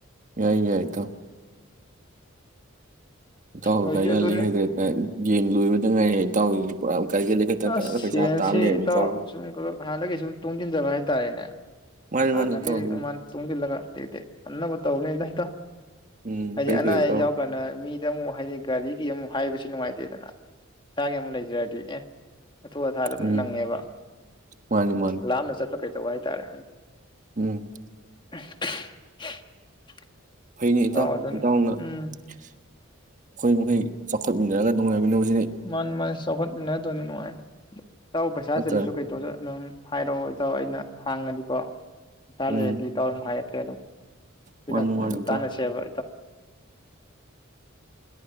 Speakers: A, on the right; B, on the left.
A: ꯌꯥꯏ ꯌꯥꯏꯗ ꯥꯎꯒ
B: ꯍꯧꯖꯤꯛ ꯑꯗꯨꯅꯦ
A: ꯑꯜ ꯍꯦꯒꯇꯥꯦ ꯌꯦꯟ ꯂꯣꯏꯕꯗ ꯉꯥꯏꯔꯦ ꯏꯇꯥꯎꯔꯤ ꯄꯨꯔꯥ ꯒꯥꯔꯤꯒ ꯂꯩꯈꯠꯇꯅ
B: ꯑꯁ
A: ꯐꯖꯅ ꯄꯩꯁꯥ
B: ꯁꯦꯟꯁꯤ
A: ꯇꯥꯜ ꯂꯩꯔꯝꯃꯤ
B: ꯏꯇꯥꯎ
A: ꯏꯇꯥꯎꯁꯦ
B: ꯁꯨꯝ ꯍꯥꯟꯅꯗꯒꯤ ꯁꯨꯝ ꯇꯨꯡꯁꯤꯟꯖꯕ ꯍꯥꯏꯔꯦ ꯇꯔꯦꯅꯦ
A: ꯃꯥꯅꯤ
B: ꯍꯥ
A: ꯃꯥꯅꯤ
B: ꯅꯒꯤ
A: ꯏꯇꯥꯎ ꯑꯗꯨ
B: ꯃꯥꯟ ꯇꯨꯡꯂꯒ ꯇꯇꯦ ꯑꯕ ꯇꯧꯅꯦ ꯅꯥꯏ ꯇ
A: ꯎꯝ
B: ꯍꯥꯏꯗꯤ
A: ꯐꯩ
B: ꯑꯅꯥ
A: ꯐꯩ
B: ꯑꯌꯦꯛ
A: ꯏꯇꯥꯎ
B: ꯌꯥꯎꯔꯀꯥꯟꯗ ꯃꯤꯗ ꯑꯃꯨꯛ ꯍꯥꯏꯗꯤ ꯒꯥꯔꯤꯒꯤ ꯑꯃꯨꯛ ꯍꯥꯏꯕꯁꯤ ꯁꯤ ꯅꯨꯡꯉꯥꯏꯇꯦꯗꯅ ꯆꯥꯒꯦ ꯑꯃꯨꯛ ꯂꯩꯖꯔꯗꯤ ꯑꯦ ꯑꯊꯨ ꯑꯊꯥꯗ ꯑꯗꯨꯝ
A: ꯎꯝ
B: ꯅꯪꯉꯦꯕ
A: ꯃꯥꯅꯤ ꯃꯥꯅꯤ
B: ꯂꯥꯝꯅ ꯆꯠꯄ ꯀꯩ ꯇꯧꯕ ꯍꯥꯏꯇꯥꯔꯦ ꯑꯗꯨ
A: ꯎꯝ
B: <inaudible>
A: ꯐꯩꯅꯦ ꯏꯇꯥꯎ
B: ꯑꯗꯨꯝ
A: ꯏꯇꯅ ꯑꯩꯈꯣꯏ
B: ꯎꯝ
A: ꯃꯈꯩ ꯆꯥꯎꯈꯠꯃꯤꯟꯅꯔꯒ ꯅꯨꯡꯉꯥꯏꯃꯤꯟꯅ
B: ꯃꯥ ꯃꯥꯅꯤ ꯁꯣꯈꯠ ꯇꯅꯤꯅꯨꯡꯥꯏ ꯇꯎ ꯄꯩꯁꯥ
A: ꯅꯠꯇ꯭ꯔꯥ
B: ꯆꯠꯂꯁꯨ ꯀꯩꯇꯣ ꯅꯪ ꯍꯥꯏꯔꯛꯑꯣ ꯏꯇꯣ ꯑꯩꯅ ꯍꯥꯡꯉꯅꯤꯀꯣ ꯆꯥꯦꯒ
A: ꯎꯝ
B: ꯒꯤꯋꯥꯔ ꯃꯥꯥꯏ ꯀꯦ ꯀꯅ
A: ꯃꯥꯅꯤ ꯃꯥꯅꯤ ꯏꯇꯥꯎ
B: ꯇꯅꯁꯦꯕ